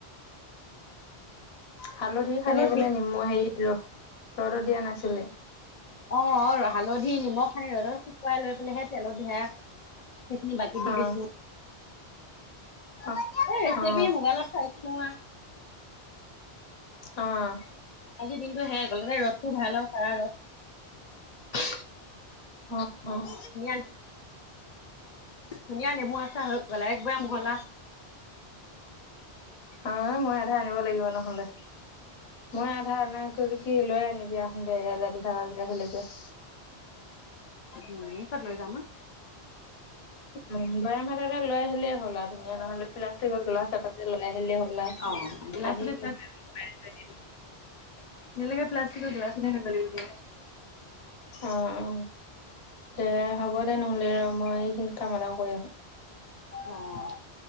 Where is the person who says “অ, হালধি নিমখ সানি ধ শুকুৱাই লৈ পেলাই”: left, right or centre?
Left